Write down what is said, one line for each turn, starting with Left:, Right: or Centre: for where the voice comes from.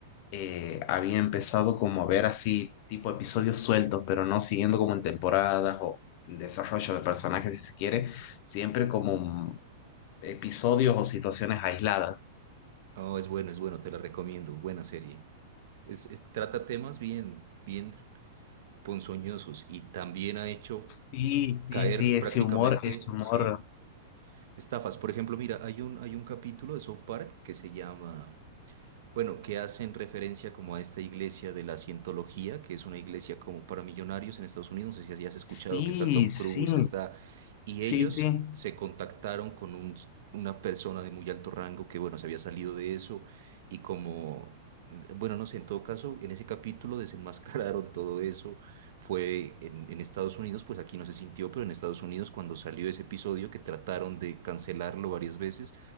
Left: eh, había empezado como a ver así tipo episodios sueltos, pero no siguiendo como en temporadas o desarrollo de personajes si se quiere, siempre como mm, episodios o situaciones aisladas.
Right: Oh, es bueno, es bueno, te la recomiendo. Buena serie. Es, es- trata temas bien, bien ponzoñosos y también ha hecho
Left: Sí, sí,
Right: caer
Left: sí, ese
Right: prácticamente,
Left: humor, ese humor.
Right: sí, estafas. Por ejemplo, mira, hay un, hay un capítulo de South Park que se llama... bueno, que hacen referencia como a esta iglesia de la cientología, que es una iglesia como para millonarios en Estados Unidos, no sé si has escuchado
Left: Sí,
Right: que está Tom
Left: sí,
Right: Cruise, que está... Y
Left: sí,
Right: ellos
Left: sí.
Right: se contactaron con un, una persona de muy alto rango que, bueno, se había salido de eso y como, bueno, no sé, en todo caso, en ese capítulo desenmascararon todo eso. Fue en, en Estados Unidos, pues aquí no se sintió, pero en Estados Unidos cuando salió ese episodio que trataron de cancelarlo varias veces